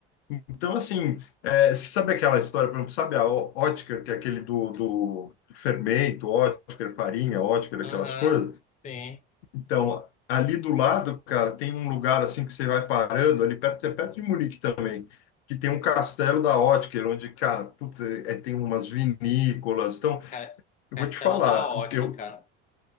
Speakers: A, on the left; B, on the left.
A: Então, assim, é, sabe aquela história, por exemplo, sabe a Ó- Ótker, que é aquele do, do fermento, Ótker, farinha, Ótker,
B: Aham,
A: aquelas coisas?
B: sim.
A: Então, ali do lado, cara, tem um lugar assim que você vai parando, ali perto, é perto de Munique também, que tem um castelo da Ótker, onde, cara, putz, é, é, tem umas vinícolas. Então,
B: Ca-
A: eu
B: Castelo
A: vou te falar,
B: da Ótica.
A: o que eu,